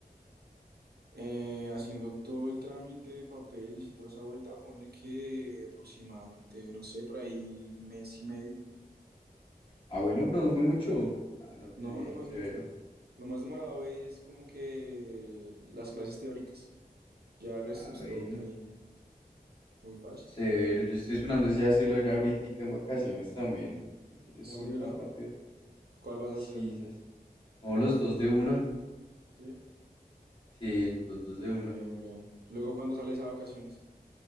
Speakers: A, on the right; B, on the left.
A: Eh, haciendo todo el trámite de papeles y toda esa vuelta, ponle que aproximadamente, no sé, por ahí mes y medio.
B: Ah, bueno, pero no fue mucho. Ah, no, qué
A: No,
B: bien,
A: no fue
B: severo.
A: mucho. Lo más demorado es como que las clases teóricas. Ya el resto
B: Ah,
A: es
B: bueno,
A: todo muy, muy fácil.
B: severo. Yo estoy esperando ese hacerlo ya ahorita en vacaciones también. Hacer esa
A: Sí,
B: vuelta
A: ¿verdad?
B: rápido.
A: ¿Cuál vas
B: Sí,
A: a hacer?
B: esas. No, los dos de una.
A: Sí.
B: Sí, los dos
A: Bien,
B: de una.
A: bien, bien. Luego, ¿cuándo sales a vacaciones?